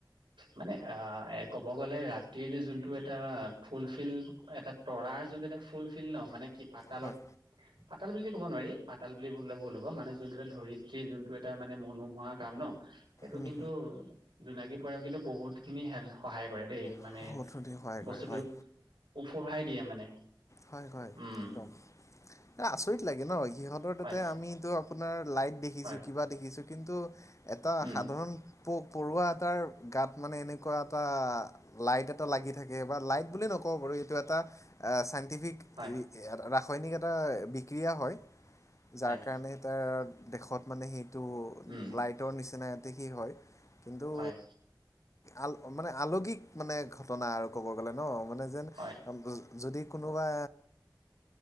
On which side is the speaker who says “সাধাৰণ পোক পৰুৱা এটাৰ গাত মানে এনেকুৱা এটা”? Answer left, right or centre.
Left